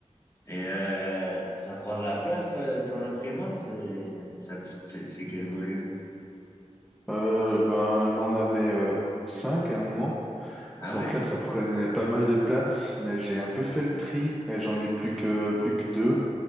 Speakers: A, on the left (about 25°); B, in the centre.
A: Et euh, ça prend de la place, euh, ton imprimante? C'est, ça, fait- c'est quel volume?
B: Euh, ben, j'en avais euh, cinq à un moment.
A: Ah
B: Donc
A: ouais.
B: là, ça prenait pas mal de place, mais j'ai un peu fait le tri et j'en ai plus que plus que deux.